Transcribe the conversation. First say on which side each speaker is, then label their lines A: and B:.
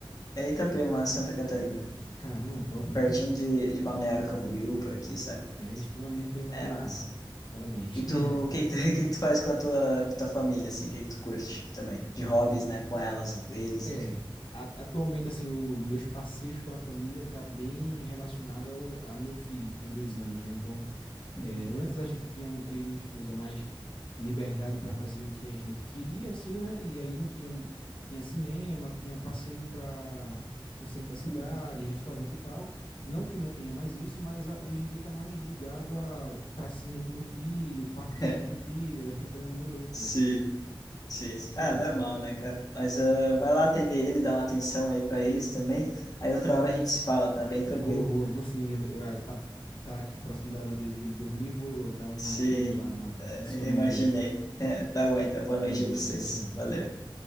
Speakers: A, on the left; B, on the left.
A: É Itapema, Santa Catarina.
B: Caramba, top,
A: Pertinho
B: viu?
A: de, de Balneário Camboriú, por aqui, sabe?
B: É extremamente bem localizado.
A: É massa.
B: Parabéns.
A: E tu,
B: <laughs>
A: o que que tu, <laughs> o que que tu faz com a tua, tua família, assim? O que que tu curte também? De hobbies, né? Com elas, eles,
B: É,
A: enfim.
B: a- atualmente, assim, os meus passeios com a família tá bem relacionado ao a meu filho, que tem dois anos, né? Então,
A: Uhum,
B: é, antes a gente tinha, eu e minha esposa, mais liberdade para fazer o que a gente queria, assim, né? E aí não tinha, tinha cinema, tinha passeio para o centro da cidade,
A: uhum.
B: restaurante e tal. Não que não tenha mais isso, mas a- hoje em dia tá mais ligado a pracinha com meu filho, parquinho
A: <laughs>
B: com meu filho, <laughs> então mudou um pouco,
A: Sim,
B: sabe?
A: sim.
B: Isso
A: Ah,
B: aí.
A: normal, né, cara? Mas ah, vai lá atender ele, dá uma atenção aí pra eles também. Aí outra hora a gente se fala, tá? Bem tranquilo.
B: Vou, vou, vou sim. Eu- eu- ah, tá, tá aqui próximo da hora de- dele dormir, vou dar um
A: Sim,
B: apoio lá na,
A: eh,
B: no soninho
A: imaginei.
B: dele.
A: <laughs> Tá bom, então. Boa noite
B: Valeu,
A: aí pra vocês.
B: tchau, tchau.
A: Valeu.